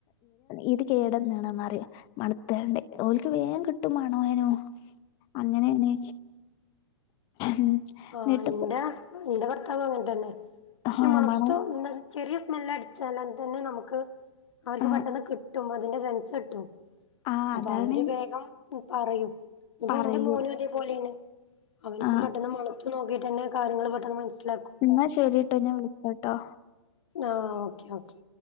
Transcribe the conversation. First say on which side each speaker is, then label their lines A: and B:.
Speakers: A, on the left (about 30°); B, on the left (about 80°).
A: ഇത് കേടുവന്ന ആണെന്നറിയാം മണത്തോണ്ട് ഓല്ക്ക് വേഗം കിട്ടും മണം അയിനു അങ്ങനെയാണ് എന്നിട്ട്
B: ആഹ് എന്റെ എന്റെ ഭർത്താവ് അങ്ങനെ തന്നെ പക്ഷെ
A: ആ
B: മണത്തു
A: മണം
B: ചെറിയ സ്മെല്ല് അടിച്ചാല് തന്നെ നമുക്ക് അവർക്ക്
A: ആ
B: പെട്ടെന്ന് കിട്ടും അതിന്റെ സെൻസ് കിട്ടും
A: ആ
B: അപ്പൊ
A: അതാണ്
B: അവര് വേഗം പറയും ഇപ്പൊ
A: പറയും
B: എന്റെ മോനും ഇതേപോലെയാണ് അവനക്കും
A: ആ
B: പെട്ടന്ന് മണുത്തു നോക്കിട്ട്തന്നെ കാര്യങ്ങൾ പെട്ടെന്ന് മനസ്സിലാക്കും
A: എന്നാ ശെരീട്ടോ ഞാൻ പിന്നെ വിളിക്കാട്ടോ
B: ആഹ് ഓക്കെ ഓക്കെ